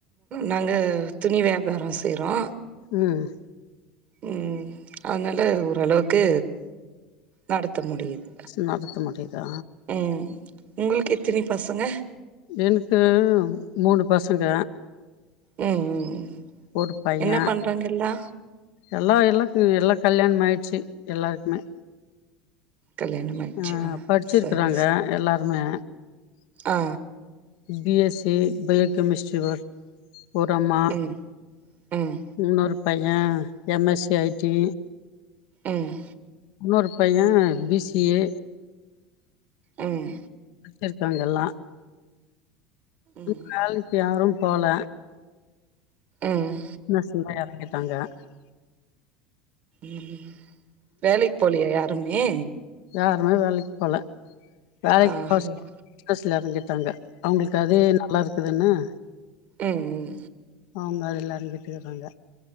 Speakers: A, on the right; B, on the left.
A: நாங்க துணி வியாபாரோ செய்றோ
B: ம்
A: ம் அனால ஓரளவுக்கு நடத் த்த முடியுது
B: நடத்த முடியுதா
A: ம் உங்ளுக்கு எத்தினி பசங்க
B: எனக்கு மூணு பசங்க
A: ம்
B: ஒரு பைய
A: என்ன பண்றாங்க எல்லா
B: எல்லா எல்லாக்கு எல்லா கல்யாண ஆயிடுச்சி எல்லார்க்குமே
A: கல்யாணம் ஆயிடுச்சா
B: ஆ படிச்சிருக்காங்க
A: சரி சரி
B: எல்லாருமே
A: ஆ
B: B S C B biochemistry ஒரு அம்மா
A: ம் ம்
B: உன்னொரு பைய M S C I T
A: ம்
B: இன்னொரு பைய பி சி ஏ
A: ம்
B: இருக்காங்க எல்லா
A: ம்
B: வேலைக்கு யாரும் போகல
A: ம்
B: என்ன செய்யறாங்க காங்க <unintelligible>
A: ம் வேலைக்கு போகலியா யாரும் மே
B: யாருமே வேலைக்கு போகல வேலைக்கு
A: ஆ
B: போறதில
A: ம்
B: சில இடைஞ்சல் <unintelligible> ட்டாங்க அவங்களுக்கு அதே நல்லா இருக்குதுன்னு <inaudible>
A: ம்ம்
B: அவங்க அதுல இருந்துட்டுருக்காங்க